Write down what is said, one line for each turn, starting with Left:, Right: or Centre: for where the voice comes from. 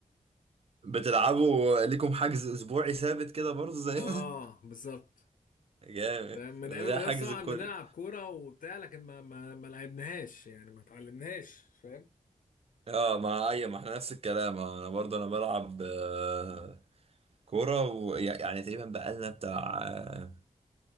Right: بتلعبوا ليكم حجز اسبوعي ثابت كده برضه زينا
Left: اه بالظبط
Right: <laughs> جامد
Left: من
Right: ده
Left: ايام المدرسه
Right: حجز
Left: طبعا
Right: كل
Left: بنلعب كوره وبتاع لكن ما ما ما لعبناهاش يعني ما اتعلمناش فاهم
Right: اه مع اي ما احنا نفس الكلام آه، انا برضه انا بلعب آه، كورة و... يعني تقريبا بقالنا بتاع آه،